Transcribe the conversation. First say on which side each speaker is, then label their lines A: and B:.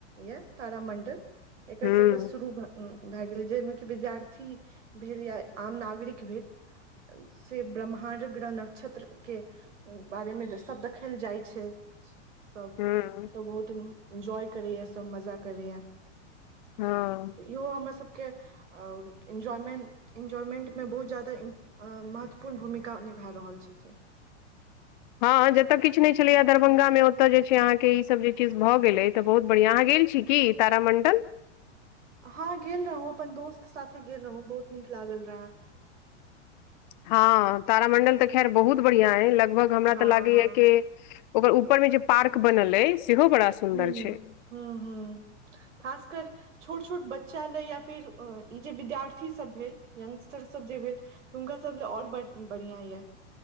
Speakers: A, on the right; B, on the left.
A: ये तारामंडल एकर
B: हूं
A: सबके शुरू भ भए गेल जाहिमे कि विद्यार्थी भेल या आम नागरिक भेल से ब्रह्माण्ड ग्रह नक्षत्र के बारेमे तऽ सभ देखल जाइ छै। सब
B: हूं
A: ओतऽ बहुत इन्जॉय करैया सब मजा करया।
B: हँ।
A: इहो हमरासभके एन्जॉयमें एन्जॉयमेंटमे बहुत ज्यादा इम आ महत्वपूर्ण भूमिका निभा रहल छथिन।
B: हँ जतय किछु नहि छलैया दरभंगा मे ओतय जे छै अहाँके ईसभ जे चीज भऽ गेलै तऽ बहुत बढ़ियाँ। अहाँ गेल छी की? तारामंडल।
A: हँं गेल रहौं अपन दोस्त साथे गेल रहौं बहुत नीक लागल रहे।
B: हँ तारामण्डल तऽ खैर बहुत बढ़ियाँ अइ लगभग हमरा
A: हँ
B: तऽ लागैय
A: हँ
B: कि ओकर ऊपर में जे पार्क बनल अइ सेहो बड़ा सुन्दर
A: हूं
B: छै
A: हूं हूं खासकर छोट छोट बच्चा लए या फेर ई जे विद्यार्थीसभ भेल यंगस्टरसभ जे भेल हुनका सब ला ओ ओर बढ़ि बढ़िया या।